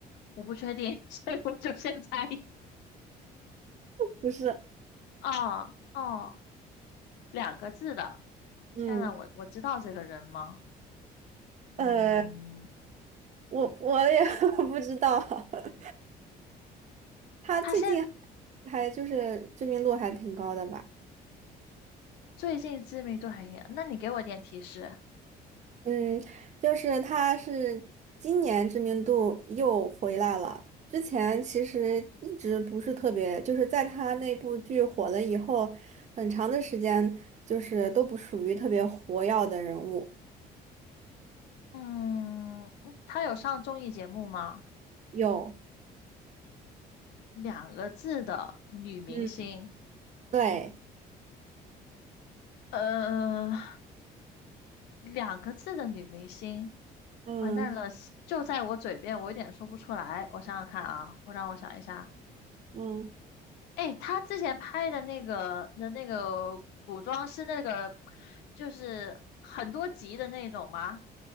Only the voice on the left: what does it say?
我不确定，<laughs> 所以我就先猜。
哦哦，两个字的，
天呐，我我知道这个人吗？嗯，
他现
最近知名度还行，那你给我点提示。
嗯，嗯他有上综艺节目吗？
两个字的女明星，
呃。两个字的女明星，
完蛋了，就在我嘴边，我有点说不出来。我想想看啊，我让我想一下。
哎，她之前拍的那个的那个古装是那个，就是很多集的那种吗？